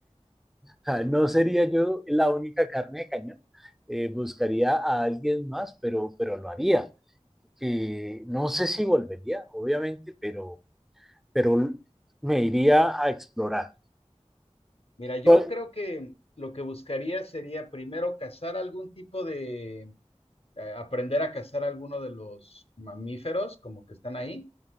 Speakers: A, in the centre; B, on the left (about 60°).
A: sea, no sería yo la única carne de cañón, eh, buscaría a alguien más, pero, pero lo haría. que no sé si volvería, obviamente, pero, pero me iría a explorar.
B: Mira, yo
A: Pues,
B: creo que lo que buscaría sería primero cazar algún tipo de, eh, aprender a cazar alguno de los mamíferos como que están ahí